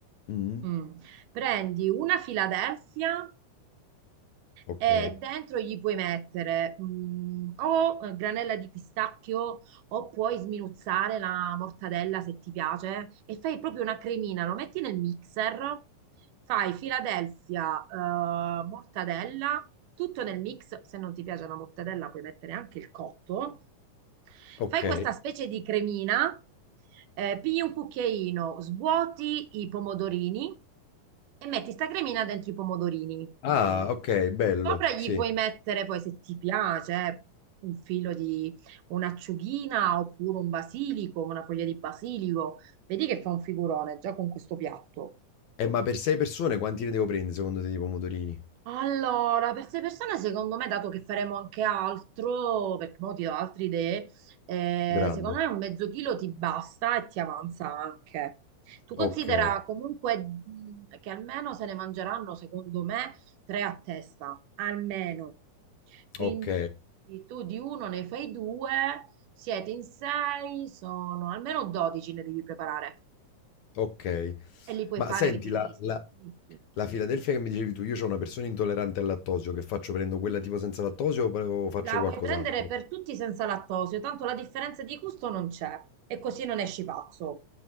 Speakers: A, on the left; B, on the right.
A: Mm,
B: Mm. Prendi una Philadelphia
A: ok,
B: E dentro gli puoi mettere mm, o eh, granella di pistacchio o puoi sminuzzare la mortadella se ti piace e fai proprio una cremina, lo metti nel mixer, fai Philadelphia, eh, mortadella, tutto nel mix, se non ti piace la mortadella puoi mettere anche il cotto,
A: ok.
B: fai questa specie di cremina, eh, pigli un cucchiaino, svuoti i pomodorini e metti sta cremina dentro i pomodorini.
A: Ah, ok, bello,
B: Sopra gli
A: sì.
B: puoi mettere poi, se ti piace, eh, un filo di un'acciughina oppure un basilico, una foglia di basilico. Vedi che fa un figurone già con questo piatto.
A: E ma per sei persone quanti ne devo prendere secondo te di pomodorini?
B: Allora, per queste persone, secondo me, dato che faremo anche altro, perché mo ti do altre idee, eh,
A: Grande.
B: secondo me un mezzo chilo ti basta e ti avanza anche. Tu considera
A: Ok,
B: comunque mh, che almeno se ne mangeranno, secondo me, tre a testa, almeno. Quindi
A: ok.
B: tu di uno ne fai due, siete in sei, sono almeno 12 ne devi preparare
A: Okay.
B: e li puoi
A: Ma
B: fare
A: senti
B: divisi.
A: la la
B: divisi.
A: la Philadelphia che mi dicevi tu, io c'ho una persona intollerante al lattosio, che faccio? Prendo quella tipo senza lattosio o pre o faccio
B: La
A: qualcos'altro?
B: puoi prendere per tutti senza lattosio, tanto la differenza di gusto non c'è e così non esci pazzo.